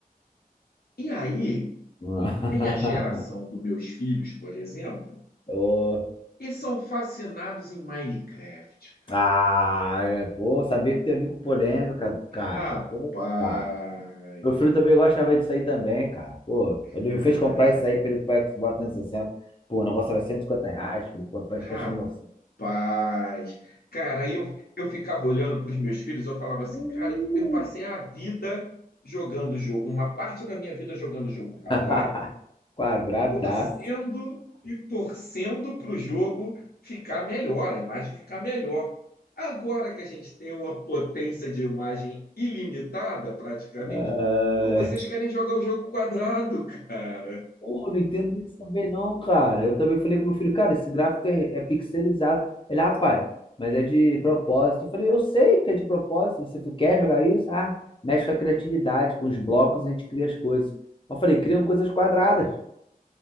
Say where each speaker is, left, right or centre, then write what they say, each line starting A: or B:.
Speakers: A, on the left (about 85°); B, on the left (about 35°).
A: E aí
B: Ah,
A: vem a geração dos meus filhos, por exemplo,
B: <laughs> Ô.
A: e são fascinados em Minecraft, cara.
B: Ah, é, pô, sabia que teve com polêmica, cara.
A: Rapaz,
B: Pô, cara. Meu filho também gostava disso aí também, cara. Pô, ele
A: cara.
B: me fez comprar isso aí pra ele pro Xbox 360. Pô, o negócio era 150 reais. Falei, pô, pra
A: Rapaz,
B: encaixar no meu
A: cara, aí eu, eu ficava olhando para os meus filhos, eu falava assim,
B: Hum.
A: cara, eu, eu passei a vida jogando jogo, uma parte da minha vida jogando jogo quadrado,
B: <laughs> Quadradaço.
A: e torcendo e torcendo para o jogo ficar melhor, a imagem ficar melhor. Agora que a gente tem uma potência de imagem ilimitada, praticamente,
B: Ah,
A: pô, vocês querem jogar o jogo quadrado, <laughs> cara.
B: Pô, não entendo isso também não, cara. Eu também falei com meu filho, cara, esse gráfico é, é pixelizado. Ele, ah, pai, mas é de propósito. Eu falei, eu sei que é de propósito. Você quer jogar isso? Ah, mexe com a criatividade, com os blocos a gente cria as coisas. Eu falei, criam coisas quadradas.